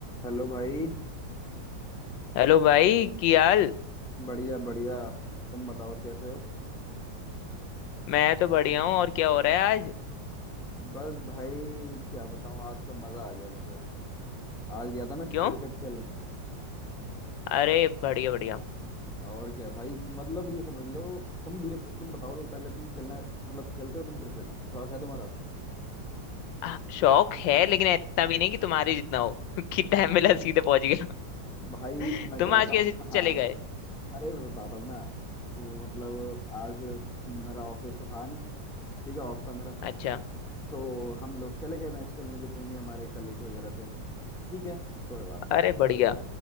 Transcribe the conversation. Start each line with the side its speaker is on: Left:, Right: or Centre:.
Centre: हेलो भाई
Left: Hello भाई की हाल
Centre: बढ़िया बढ़िया तुम बताओ कैसे हो
Left: मैं तो बढ़िया हूँ और क्या हो रहा है आज
Centre: बस भाई क्या बताऊं आज तो मजा आ गया मुझे आज गया था मैं क्रिकेट
Left: क्यों
Centre: खेलने
Left: अरे बढ़िया बढ़िया
Centre: और क्या भाई मतलब ये समझ लो तुम भी तुम बताओ तो पहले तुम खेलना मतलब खेलते हो तुम क्रिकेट शौक है तुम्हारा
Left: हाँ, शौक है लेकिन इतना भी नहीं कि तुम्हारे जितना हो <laughs> कि
Centre: <laughs>
Left: टाइम मिला सीधे पहुंच गया
Centre: भाई
Left: <laughs>
Centre: मैं
Left: तुम
Centre: क्या
Left: आज
Centre: बताऊं
Left: कैसे
Centre: हाँ
Left: चले गए
Centre: हाँ। अरे मैं बताता हूँ ना तो मतलब आज मेरा ऑफिस तो था नहीं ठीक है ऑफ था मेरा
Left: अच्छा
Centre: तो हम लोग चले गए मैच खेलने जितने भी हमारे कलीग वगैरह थे ठीक है कोई बात
Left: अरे
Centre: नहीं
Left: बढ़िया